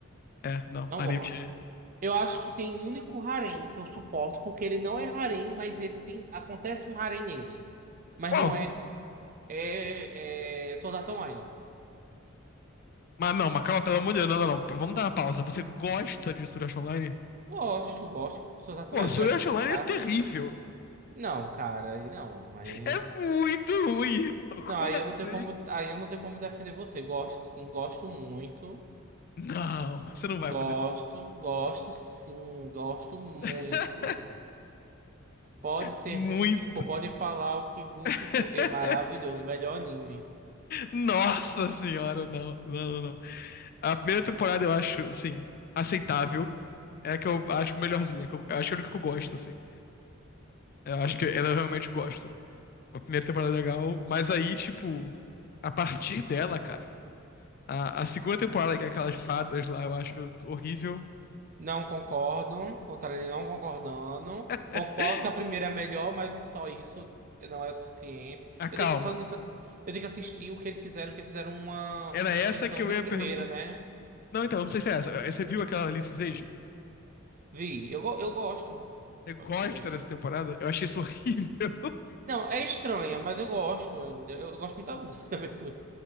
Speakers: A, on the left; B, on the right.
A: é, não,
B: não
A: anime
B: gosto.
A: de...
B: Eu acho que tem um único harém que eu suporto porque ele não é harém, mas ele tem acontece um harém nele. Mas
A: Uau!
B: não é é, é Sword Art Online.
A: Mas não, mas calma, pelo amor de Deus, não, não, não, vamos dar uma pausa. Você gosta de Sword Art Online?
B: Gosto, gosto de pessoas racionais.
A: Pô, Sword
B: Você vai me
A: Art
B: criticar?
A: Online é terrível.
B: Não, cara, aí não. Aí...
A: É muito ruim, irmão.
B: Não,
A: Como
B: aí eu não
A: assim?
B: tenho como, aí eu não tenho como defender você. Gosto sim, gosto muito.
A: Não, você não vai
B: Gosto,
A: fazer isso.
B: gosto sim, gosto muito.
A: <laughs>
B: Pode ser
A: Muito.
B: ruim o que for, pode falar o que ruim
A: <laughs>
B: que for. É maravilhoso, melhor anime.
A: Nossa senhora, não, não, não, não. A primeira temporada eu acho, assim, aceitável. É a que eu acho melhorzinha. que Eu, eu acho que é a única que eu gosto, assim. Eu acho que ela eu realmente gosto. A primeira temporada é legal, mas aí, tipo, a partir dela, cara, a, a segunda temporada, que é aquelas fadas lá, eu acho horrível.
B: Não concordo, contrário, não concordando.
A: <laughs>
B: Concordo que a primeira é melhor, mas só isso não é suficiente.
A: Ah, calma.
B: Eu tenho- falando nisso, eu eu tenho que assistir o que eles fizeram, que eles fizeram uma,
A: Era
B: uma
A: essa
B: extensão
A: que eu
B: do
A: ia
B: primeira,
A: perguntar.
B: né?
A: Não, então, não sei se é essa. Você viu aquela Alice Zation?
B: Vi, eu, go- eu gosto
A: Você gosta
B: desse jeito.
A: dessa temporada? Eu achei isso horrível.
B: Não, é estranha, mas eu gosto ainda. Eu gosto muito da música <laughs> da abertura.